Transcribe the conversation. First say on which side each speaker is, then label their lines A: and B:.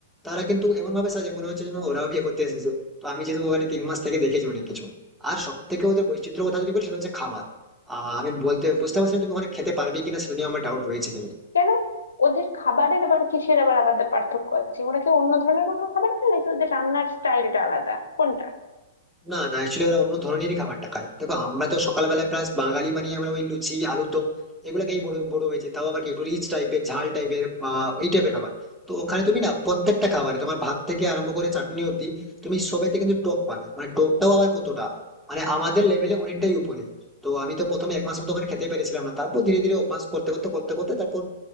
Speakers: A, in the centre; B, on the left.
A: তারা কিন্তু এমন ভাবে সাজে মনে হচ্ছে যেন ওরাও বিয়ে করতে এসেছে তো আমি যেহেতু ওখানে তিন মাস থেকে দেখেছি অনেক কিছু আর সব থেকে ওদের বৈচিত্র্য কথা যদি বলি সেটা হচ্ছে খাবার আহ আমি বলতে বুঝতে পারছি না তুমি ওখানে খেতে পারবে কিনা সেটা নিয়ে আমার ডাউট রয়েছে কিন্তু
B: কেন ওদের খাবারের আবার কিসের আবার আলাদা পার্থক্য আছে ওরা কি অন্য ধরনের কোনো খাবার খায় নাকি ওদের রান্নার স্টাইলটা আলাদা কোনটা
A: না না অ্যাকচুয়ালি ওরা অন্য ধরনেরই খাবারটা খায় দেখো আমরা তো সকালবেলায় প্রায় বাঙালি মানে আমরা ওই লুচি আলুর দম এগুলো খেয়ে বড় বড় হয়েছে তাও আবার কি একটু রিচ টাইপের ঝাল টাইপের বা এই টাইপের খাবার তো ওখানে তুমি না প্রত্যেকটা খাবারে তোমার ভাত থেকে আরম্ভ করে চাটনি অব্দি তুমি সবেতে কিন্তু টক পাবে মানে টকটাও আবার কতটা মানে আমাদের লেভেলে অনেকটাই উপরে তো আমি তো প্রথমে এক মাস মতো ওখানে খেতে পেরেছিলাম না তারপর ধীরে ধীরে অভ্যাস করতে করতে করতে করতে তারপর